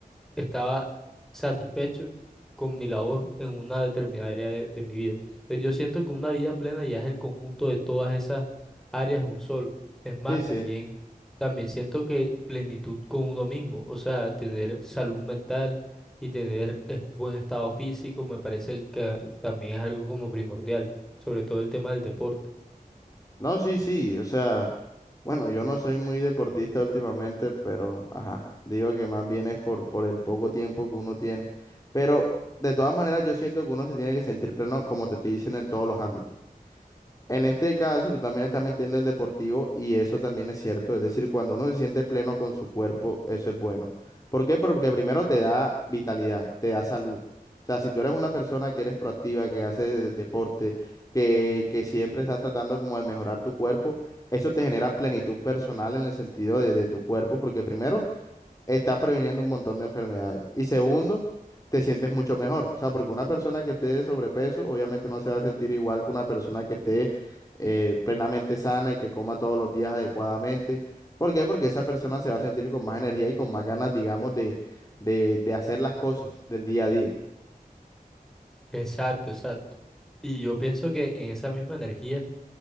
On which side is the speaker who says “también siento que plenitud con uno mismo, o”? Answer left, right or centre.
Centre